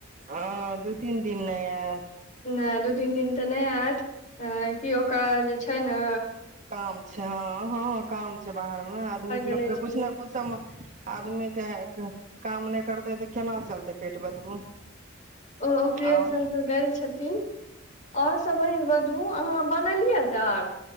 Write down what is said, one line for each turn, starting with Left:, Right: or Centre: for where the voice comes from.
Right: हँ दू तीन दिन ने यतऽ
Left: नहि दू तीन दिन तऽ नहि आयत आ कि ओकरा जे छै ने
Right: काम छै हँ हँ काम छै बाहर में आदमी के
Left: गेले
Right: लोक के
Left: छलै
Right: कुछ ने कुछ सबम आदमीे के काम नहि करतै तऽ केना चलतै पेट बतबू
Left: ओकरे
Right: आओर
Left: संग छथिन और सब एहिन बघू ओ अहाँ बनलियै आचार